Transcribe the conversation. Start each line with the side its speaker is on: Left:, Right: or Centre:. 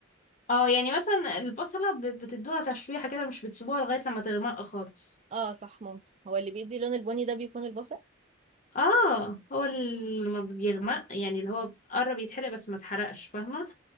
Left: اه يعني مثلا البصلة ب- بتدوها تشويحة كده مش بتسيبوها لغاية لما تغمق خالص
Right: اه صح ممكن هو اللي بيدي لون البني ده بيكون البصل
Left: اه هو اللي لما بيغمق يعني اللي هو قرب يتحرق بس ما اتحرقش فاهمة